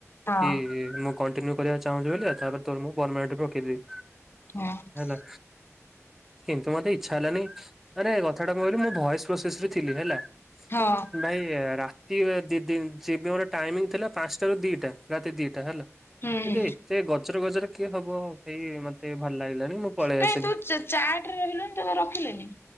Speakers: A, on the left; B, in the centre.
A: ହଁ
B: କି ମୁଁ କଣ୍ଟିନ୍ୟୁ କରିବାକୁ ଚାହୁଁଛି ବ ତାପରେ ତୋ ମୁଁ ପରମାନେଣ୍ଟ ରଖିଦେବି।
A: ହଁ।
B: ହେଲା କିନ୍ତୁ ମୋତେ ଇଚ୍ଛା ହେଲାନି ଆରେ କଥାଟା କଣ କହିଲୁ ମୁଁ ଭଏସ ପ୍ରୋସେସରେ ଥିଲି ହେଲା
A: ହଁ
B: ଭାଇ ରା ତି ମୋର ଟାଇମିଂ ଥିଲା ପାଞ୍ଚଟାରୁ ଦିଟା ରାତି ଦିଟା ହେଲା
A: ହୁଁ
B: ଏ ଏତେ ଗଜର ଗଜରେ କିଏ ହବ ସେଇ ମା ମୋତେ ଭଲ ଲାଗିଲାନି ମୁଁ ପଳେଇ
A: କାଇଁ
B: ଆସିଲି।
A: ତୁ ଚାର୍ଟରେ ରହିଲୁନି ତତେ ରଖିଲେନି?